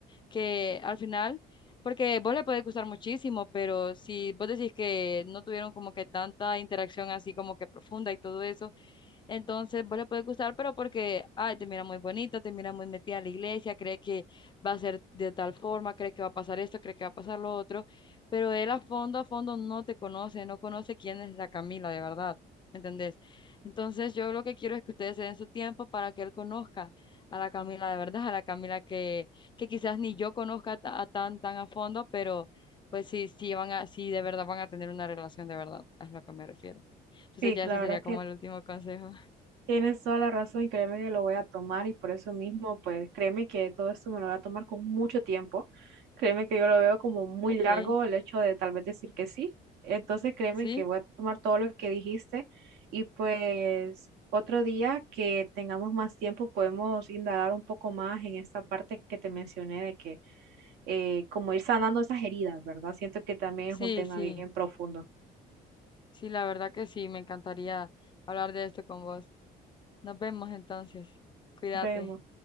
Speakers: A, on the left; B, on the right.
A: que al final, porque vos le puede gustar muchísimo, pero si vos decís que no tuvieron como que tanta interacción así como que profunda y todo eso, entonces, vos le puede gustar, pero porque, ay, te mira muy bonita, te mira muy metida en la iglesia, cree que va a ser de tal forma, cree que va a pasar esto, cree que va a pasar lo otro, pero él a fondo, a fondo no te conoce, no conoce quién es la Camila de verdad, ¿me entendés? Entonces, yo lo que quiero es que ustedes se den su tiempo para que él conozca a la Camila de verdad, a la Camila que, que quizás ni yo conozca ta- a tan, tan a fondo, pero pues sí, sí van a, sí de verdad van a tener una relación de verdad, es lo que me refiero. Entonces
B: Sí,
A: ya
B: la
A: ese sería
B: verdad
A: como
B: que
A: el último consejo.
B: Tienes toda la razón y créeme que lo voy a tomar y por eso mismo, pues créeme que todo esto me lo voy a tomar con mucho tiempo. Créeme que yo lo veo como muy
A: Okay,
B: largo el hecho de tal vez decir que sí. Entonces créeme
A: sí,
B: que voy a tomar todo lo que dijiste y pues otro día que tengamos más tiempo podemos indagar un poco más en esta parte que te mencioné de que eh, como ir sanando esas heridas, ¿verdad? Siento que también
A: sí,
B: es un tema
A: sí,
B: bien profundo.
A: sí, la verdad que sí, me encantaría hablar de esto con vos. Nos vemos entonces, cuídate.
B: Vemos.